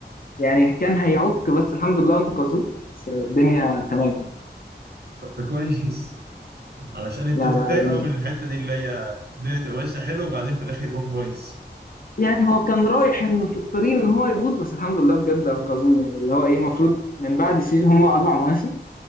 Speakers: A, on the left; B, on the right.
A: يعني كان هيعك بس الحمد لله انقذوه بس الدنيا تمام
B: طب ده كويس <laughs> علشان انت
A: لا
B: بتتضايق
A: لا يعني
B: قوي من الحته دي اللي هي الدنيا تبقى ماشيه حلو وبعدين في الاخر يروح بايظ
A: يعني هو كان رايح إن في الطريق ان هو يبوظ بس الحمد لله بجد انقذوه يعني اللي هو ايه المفروض من بعد سيزون هم اربع مواسم